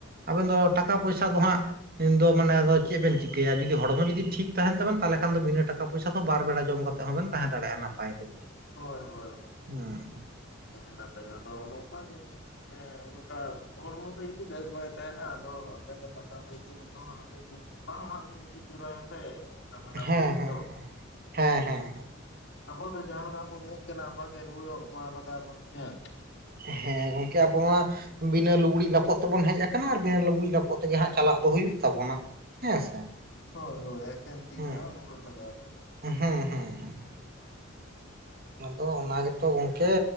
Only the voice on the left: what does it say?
ᱦᱳᱭ ᱦᱳᱭ
ᱛᱟᱦᱮ ᱱᱟᱵᱮᱱ ᱟᱫᱚ ᱱᱚᱝᱠᱟ ᱜᱮ, ᱱᱚᱠᱟ ᱦᱚᱲᱢᱚ ᱜᱮ ᱡᱩᱫᱤ ᱵᱮᱥ ᱵᱟᱭ ᱛᱟᱦᱮᱱᱟ ᱟᱫᱚ ᱴᱟᱠᱟ ᱯᱚᱭᱥᱟ ᱢᱟᱛᱚ ᱦᱟᱸᱜ ᱢᱤᱫ ᱫᱤᱱ ᱵᱟᱝ ᱦᱟᱸᱜ ᱵᱤᱱ ᱤᱫᱤ ᱛᱚᱨᱟᱭᱟ ᱥᱮ ᱦᱟᱱᱟ
ᱯᱩᱨᱤ ᱛᱮᱫᱚ᱾
ᱟᱵᱚ ᱫᱚ ᱡᱟᱦᱟᱸ ᱞᱮᱠᱟ ᱵᱚᱱ ᱦᱮᱡ ᱠᱟᱱᱟ ᱚᱝᱠᱟᱜᱮ ᱨᱩᱣᱟᱹᱲᱚᱜ ᱢᱟ ᱞᱟᱜᱟᱣ ᱵᱚᱱ ᱜᱮ ᱦᱟᱸᱜ,
ᱦᱳᱭ ᱦᱳᱭ ᱮᱠᱷᱮᱱ ᱛᱤ
ᱜᱮ ᱦᱟᱸᱜ ᱨᱩᱣᱟᱹᱲ ᱞᱟᱜᱟᱣ ᱵᱚᱱᱟ᱾